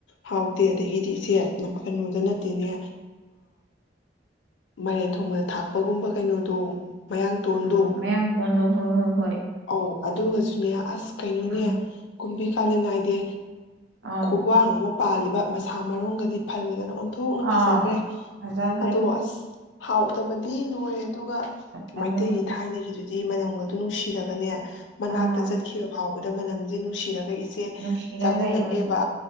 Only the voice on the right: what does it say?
ꯎꯝ ꯃꯌꯥꯡ ꯇꯣꯟ ꯗꯣ ꯍꯣꯏ - ꯍꯣꯏ꯫ ꯍꯣꯏ꯫
ꯎꯝ
ꯑꯧ
ꯑꯥ
ꯐꯖꯈ꯭ꯔꯦ
ꯑꯗꯨꯅꯦ
ꯑꯥ
ꯅꯨꯡꯁꯤꯔ
ꯂꯩ ꯎꯝ